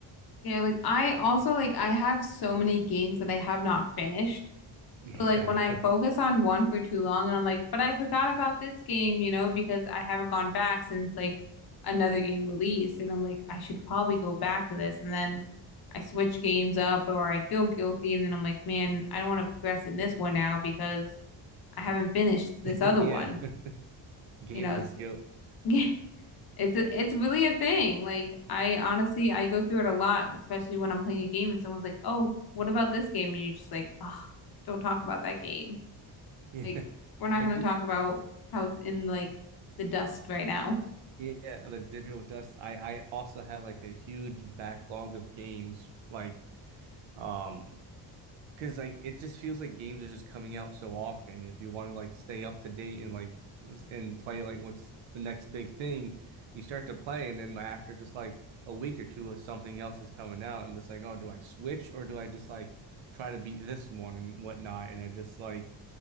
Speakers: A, on the left (about 50°); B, on the right (about 75°).
A: Yeah, like I also like I have so many games that I have not finished
B: Yeah.
A: So like when I focus
B: <laughs>
A: on one for too long and I'm like, but I forgot about this game, you know, because I haven't gone back since like another game release and I'm like, I should probably go back to this and then I switch games up or I feel guilty and then I'm like, man, I don't want to progress in this one now because I haven't finished this other
B: Yeah.
A: one.
B: Gamer's
A: You know, it's
B: guilt. <laughs>
A: <laughs> it's a, it's really a thing. Like I honestly I go through it a lot, especially when I'm playing a game and someone's like, "Oh, what about this game?" and you're just like, "Oh, don't talk about that game."
B: Yeah.
A: Like, we're not
B: I
A: going
B: do.
A: to talk about how it's in like the dust right now.
B: Yeah, the digital dust. I I also have like a huge backlog of games like um because like it just feels like games are just coming out so often. If you want to like stay up to date and like and play like what's the next big thing, you start to play, and then after just like a week or two, something else is coming out, and just like, oh, do I switch or do I just like try to beat this one and whatnot? And I just like